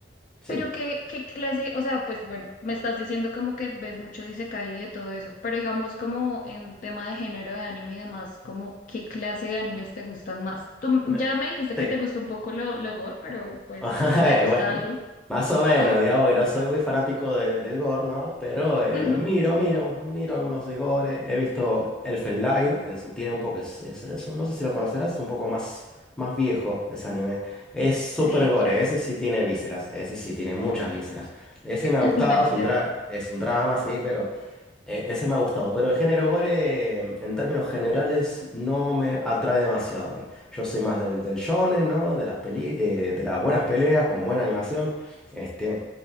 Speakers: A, in the centre; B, on the left (about 45°).
A: sí.
B: pero qué, qué clase, o sea, pues bueno, me estás diciendo como que ves mucho Isekai y de todo eso, pero digamos como en tema de género de anime y demás, como qué clase de animes te gustan más. Tú m-
A: Me-
B: ya me dijiste
A: Sí.
B: que te gusta un poco lo, lo gore, pero
A: <laughs>
B: pues,
A: Ay,
B: ¿te gusta
A: Bueno,
B: algo?
A: más o menos,
B: Ajá.
A: digamos que no soy muy fanático del, del gore, ¿no? Pero eh,
B: ujú,
A: miro, miro, miro algunos de gore. He visto Elfen Lied en su tiempo, que es, es- es un- no sé si lo conocerás, es un poco más, más viejo ese anime. Es súper
B: Sí,
A: gore,
B: claro,
A: ese sí tiene vísceras, ese sí tiene muchas vísceras. Ese
B: <laughs>
A: me ha gustado,
B: demasiado.
A: es un, dra- es un drama, sí, pero... E- Ese me ha gustado, pero el género gore, eh, en términos generales, no me atrae demasiado a mí. Yo soy más del, del shonen, ¿no? De las peli, eh, de las buenas peleas con buena animación. Este,